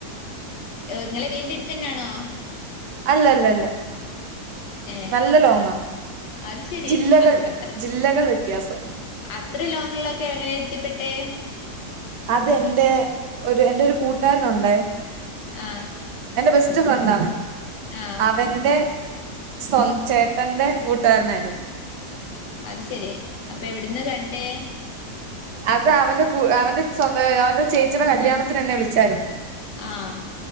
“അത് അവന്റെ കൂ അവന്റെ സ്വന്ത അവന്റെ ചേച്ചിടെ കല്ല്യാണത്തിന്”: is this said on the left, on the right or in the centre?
Right